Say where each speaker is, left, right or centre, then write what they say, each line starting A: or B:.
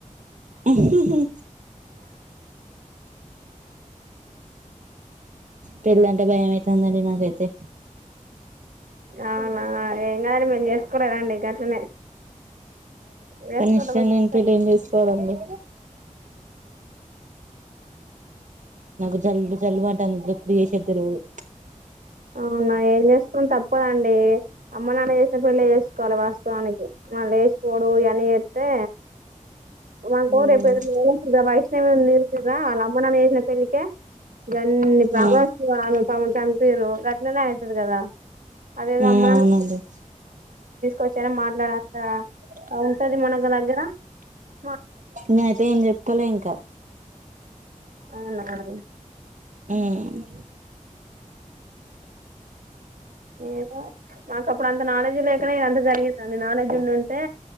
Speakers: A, on the right; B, on the right.
A: ఆాా
B: సా
A: పెళ్ళంటే భయంమయితుందండి నాకైతే
B: అవునా ఏం కాదండి మేము చేసుకోలేదండి గట్లనే వేసుకో
A: కానీ ఇష్టం
B: కొంచెం
A: లేని పెళ్ళి ఏం చేసుకోవాలండి నాకు జల్ జల్లు అంటను ఇలో ఎప్పుడు చేసేది తెలవదు
B: అవునా ఏం చేస్తం తప్పదండి అమ్మ నాన్న చేసిన పిల్ళ చేసుకోవాలి వాస్తవానికి మన లేచిపోడు అవని చేస్తే వాంగ
A: ఉమ్
B: రే పరు ఇ వైష్ణవి తీలిసిరా వాళ్ళ అమ్మనాని వేసిన పెళ్ళలికిే ఇన్నన్ని ప్రభస్త
A: ఉమ్
B: వాు చంపిరు గట్నేనే అవుతుంది కదా అదేదో
A: ఉమ్
B: అమ్మనళ
A: అవునండి
B: తీసు ొచ్చార మాట్లాడక ఉంటది మనకు దగ్గర మ
A: నేనయితే ఏం చెప్తాలో ఇంకా
B: అవునావును
A: హ్మ్మ్
B: ఏదో మాకు అప్పుడు అంత నాలెడ్జ్ లేకుడా ఇ అంత జరిగిందండి నాలెడ్జ్ ఉండింటే